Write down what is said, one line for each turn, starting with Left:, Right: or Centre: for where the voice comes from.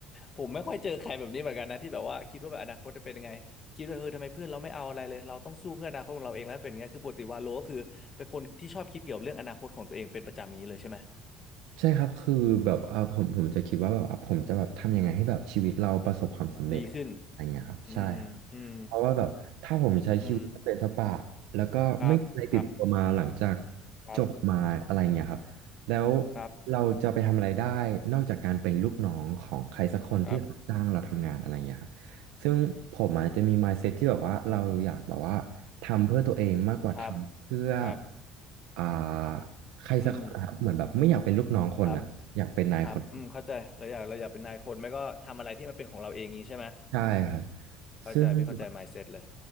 Left: ผมไม่ค่อยเจอใครแบบนี้เหมือนกันนะที่แบบว่าคิดว่าแบบอนาคตจะเป็นยังไงคิดว่าเออทำไมเพื่อนเราไม่เอาอะไรเลยเราต้องสู้เพื่ออนาคตของเราเองแล้วเป็นอย่างเงี้ยคือปกติวาโลก็คือเป็นคนที่ชอบคิดเกี่ยวกับเรื่องอนาคตของตัวเองเป็นประจำอย่างนี้เลยใช่ไหม
Right: ใช่ครับคือแบบเอ่าผมผมจะคิดว่าแบบว่าผมจะแบบทำยังไงให้แบบชีวิตเราประสบความสำเร็จอะไรอย่างเงี้ยครับใช่ครับ
Left: ดีขึ้นอืมอืม
Right: เพราะว่าแบบถ้าผมใช้ชีวิตสเปนสปะแล้วก็ไม่มีอะไรติดตัวมาหลังจาก
Left: อืมครับครับครับ
Right: จบมาอะไรเงี้ยครับแล้ว
Left: ครับ
Right: เราจะไปทำอะไรได้นอกจากการเป็นลูกน้องของใครสักคนที่จ้างเราทำงานอะไรเงี้ยครับ
Left: ครับ
Right: ซึ่งผมอาจจะมี mindset ที่แบบว่าเราอยากแบบว่าทำเพื่อตัวเองมากกว่าทำเพื่อ
Left: ครับครับ
Right: อ่าใครสักคนนะครับเหมือนแบบไม่อยากเป็นลูกน้องคนอ่ะอยากเป็นนายคน
Left: อืมครับ ครับอืมเข้าใจเราอยากเราอยากเป็นนายคนไม่ก็ทำอะไรที่มันเป็นของเราเองงี้ใช่ไหม
Right: ใช่ครับ
Left: เข้าใจพี่เข้าใจ
Right: ซึ่ง
Left: mindset เลย